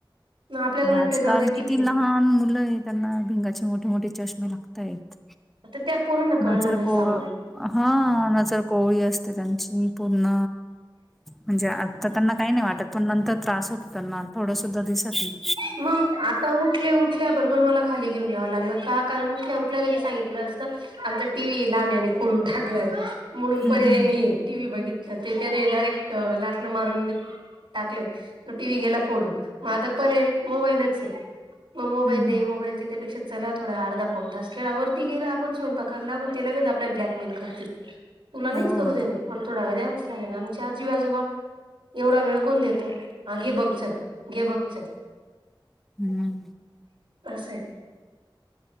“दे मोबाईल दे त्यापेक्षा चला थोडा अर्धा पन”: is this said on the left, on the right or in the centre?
Right